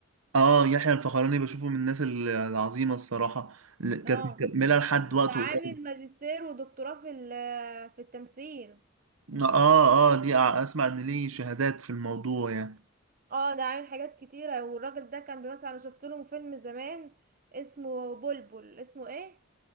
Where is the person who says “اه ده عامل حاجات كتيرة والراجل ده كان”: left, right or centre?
Right